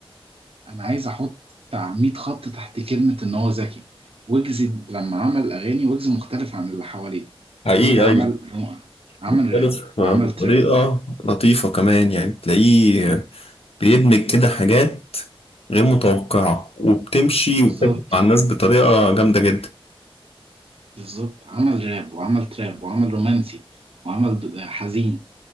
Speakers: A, on the right (about 70°); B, on the left (about 75°).
A: انا عايز احط بتاع 100 خط تحت كلمة ان هو ذكي ويجز لما عمل اغاني ويجز مختلف عن اللي حواليه
B: حقيقي
A: ويجز عمل
B: أيوة
A: رو- عمل
B: مختلف
A: راب
B: بطريقة
A: وعمل تراب
B: لطيفة كمان يعني تلاقيه بيدمج كده حاجات غير متوقعة وبتمشي
A: بالظبط
B: وبتاكل مع الناس بطريقة جامدة جدا
A: بالظبط عمل راب وعمل تراب وعمل رومانسي وعمل د- حزين